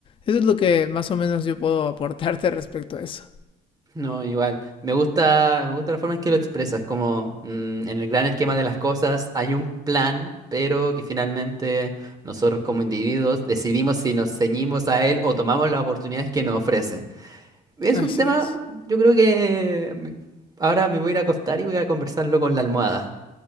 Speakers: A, on the left; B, on the right.
A: eso es lo que más o menos yo puedo aportarte <laughs> respecto a eso.
B: No, igual. Me gusta, me gusta la forma en que lo expresas, como mm, en el gran esquema de las cosas hay un plan, pero que finalmente nosotros como individuos decidimos si nos ceñimos a él o tomamos las oportunidades que nos ofrece. Es
A: Así
B: un tema,
A: es.
B: yo creo que me- ahora me voy a ir a acostar y voy a conversarlo con la almohada.